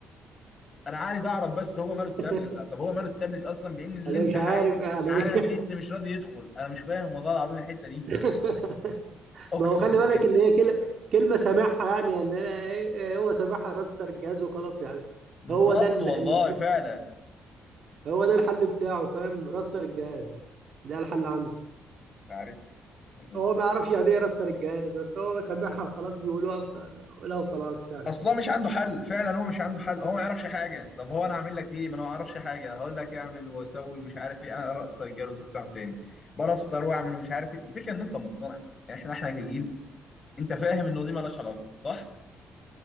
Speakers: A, on the left; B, on the right.
A: انا عايز اعرف بس هو ماله التابلت
B: <laughs>
A: طب هو ماله التابلت اصلا بان الامتحان
B: انا مش عارف يعني
A: اللي على
B: ايه.
A: النت مش راضي يدخل انا مش فاهم والله العظيم الحته دي
B: <laughs>
A: اقسم
B: ما هو خلي بالك
A: بال
B: اللي هي كل... كلمه سامعها يعني, يعني إيه- إيه هو سامعها راستر الجهاز وخلاص يعني
A: بالظبط
B: هو ده ال...
A: والله
B: ال-
A: فعلا
B: هو ده الحل بتاعه فاهم راستر الجهاز ده الحل عنده
A: انت عارف يعني
B: هو ما يعرفش يعني ايه راستر الجهاز بس هو سامعها وخلاص بيقولوها فلو خلاص يعني
A: اصلا مش عنده حل فعلا هو مش عنده حل هو ما يعرفش حاجه طب هو انا اعمل لك ايه ما انا ما اعرفش حاجه هقول لك اعمل واسوي مش عارف ايه انا ارقص الجرس وافتحه تاني برستر واعمل ومش عارف ايه الفكره ان انت مقتنع يعني احنا احنا كجيل انت فاهم انه دي مالهاش علاقه صح